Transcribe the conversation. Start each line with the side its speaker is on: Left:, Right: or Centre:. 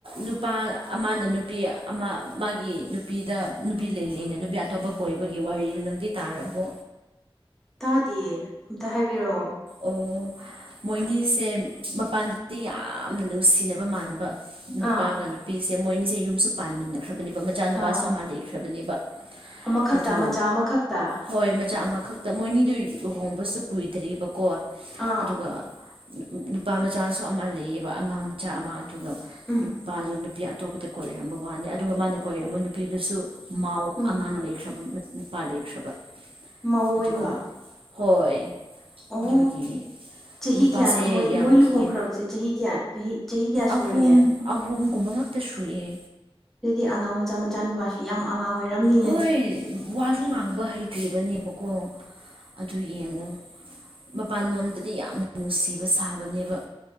Right: ꯅꯨꯄꯥ ꯑꯃꯅ ꯅꯨꯄꯤ ꯑꯃ ꯃꯥꯒꯤ ꯅꯨꯄꯤꯗ ꯅꯨꯄꯤ ꯂꯩ ꯂꯩꯅ ꯅꯨꯄꯤ ꯑꯇꯣꯞꯄ ꯀꯣꯏꯕꯒꯤ ꯋꯥꯔꯤꯗꯨ ꯅꯪꯗꯤ ꯇꯥꯔꯕꯣ
Centre: ꯇꯥꯗꯦ ꯑꯝꯇ ꯍꯥꯏꯕꯤꯔꯛꯑꯣ
Right: ꯑꯣ ꯃꯣꯏꯅꯤꯁꯦ ꯃꯄꯥꯟꯗꯗꯤ ꯌꯥꯝꯅ ꯅꯨꯡꯁꯤꯅꯕ ꯃꯥꯟꯕ ꯅꯨꯄꯥꯒ
Centre: ꯑꯥ
Right: ꯅꯨꯄꯤꯁꯦ ꯃꯣꯏꯅꯤꯁꯦ ꯌꯨꯝꯁꯨ ꯄꯥꯟꯃꯤꯟꯅꯈ꯭ꯔꯕꯅꯦꯕ ꯃꯆꯥ ꯅꯨꯨꯄꯥꯁꯨ
Centre: ꯑꯥ
Right: ꯑꯃ ꯂꯩꯈ꯭ꯔꯕꯅꯦꯕ
Centre: ꯑꯃꯈꯛꯇ
Right: ꯑꯗꯨ
Centre: ꯃꯆꯥ ꯑꯃꯈꯛꯇ꯫
Right: ꯍꯣꯏ ꯃꯆꯥ ꯑꯃꯈꯛꯇ ꯃꯣꯏꯅꯤꯗꯨ ꯂꯨꯍꯣꯡꯕꯁꯨ ꯀꯨꯏꯗ꯭ꯔꯤꯕꯀꯣ
Centre: ꯑꯥ
Right: ꯑꯗꯨꯒ ꯅꯨꯄꯥ ꯃꯆꯥꯁꯨ ꯑꯃ ꯂꯩꯌꯦꯕ ꯑꯉꯥꯡ ꯃꯆꯥ ꯑꯃ ꯑꯗꯨꯒ
Centre: ꯎꯝ
Right: ꯅꯨꯄꯥꯗꯨ ꯅꯨꯄꯤ ꯅꯨꯄꯤ ꯑꯇꯣꯞꯄꯗ ꯀꯣꯏꯔꯝꯕ ꯋꯥꯅꯤ ꯑꯗꯨꯒ ꯃꯥꯅ ꯀꯣꯏꯔꯝꯕ ꯅꯨꯄꯤꯗꯁꯨ ꯃꯥ
Centre: ꯎꯝ
Right: ꯑꯉꯥꯡ ꯂꯩꯈ꯭ꯔꯕ ꯅꯨꯄꯥ ꯂꯩꯈ꯭ꯔꯕ
Centre: ꯃꯧ ꯑꯣꯏꯕ
Right: ꯑꯗꯨꯒ ꯍꯣꯏ
Centre: ꯑꯣ
Right: ꯗꯣꯏꯒꯤ
Centre: ꯆꯍꯤ
Right: ꯅꯨꯄꯥꯁꯦ
Centre: ꯀꯌꯥꯅꯣ ꯃꯣꯏ
Right: ꯌꯥꯝ
Centre: ꯃꯣꯏ ꯂꯨꯍꯣꯡꯈ꯭ꯔꯕꯁꯦ
Right: ꯀꯤꯌꯦ
Centre: ꯆꯍꯤ ꯀꯌꯥ ꯆꯍꯤ ꯆꯍꯤ ꯀꯌꯥ ꯁꯨꯔꯒꯦ
Right: ꯑꯍꯨꯝ꯫ ꯑꯍꯣꯝꯒꯨꯝꯕ ꯉꯛꯇ ꯁꯨꯏꯌꯦ
Centre: ꯑꯗꯨꯗꯤ ꯑꯉꯥꯡ ꯃꯆꯥ ꯃꯆꯥ ꯅꯨꯄꯥ ꯅꯨꯄꯥꯁꯤ ꯌꯥꯝ ꯑꯉꯥꯡ ꯑꯣꯏꯔꯝꯃꯤ
Right: ꯍꯣꯏ ꯋꯥꯁꯨ ꯉꯥꯡꯕ ꯍꯩꯇ꯭ꯔꯤꯕꯅꯦꯕꯀꯣ ꯑꯗꯨ ꯌꯦꯡꯉꯨ ꯃꯄꯥꯟꯂꯣꯝꯗꯗꯤ ꯌꯥꯝꯅ ꯅꯨꯡꯁꯤꯕ ꯁꯥꯕꯅꯦꯕ꯫